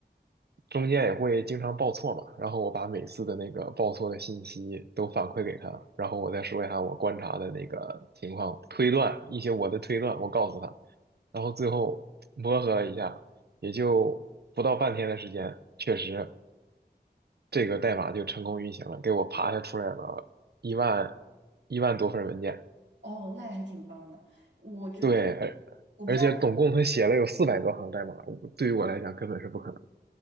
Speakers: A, on the right; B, on the right.
A: 中间也会经常报错嘛。然后我把每次的那个报错的信息都反馈给他，然后我再说一下我观察的那个情况，推断一些我的推断，我告诉他，然后最后磨合了一下，也就不到半天的时间，确实。这个代码就成功运行了，给我爬下出来了一万一万多份文件。
B: 哦，那还挺棒的。我觉得
A: 对，而而且总共他写了有四百多行代码，
B: 我不知道，
A: 我对于我来讲根本是不可能，